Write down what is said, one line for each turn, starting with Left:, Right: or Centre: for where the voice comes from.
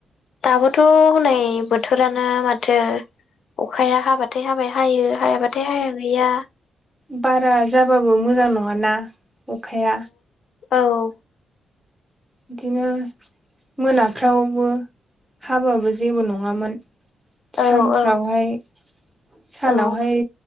Left: दाबोथ' हनै बोथोरानो माथो अखाया हाबाथाय हाबाय हायो हायाबाथाय हाया गैया
Centre: बारा जाबाबो मोजां नङाना अखाया
Left: औ-औ
Centre: बिदिनो मोनाफ्रावबो हाबाबो जेबो नङामोन। सानफ्रावहाय
Left: औ औ
Centre: सानावहाय
Left: औ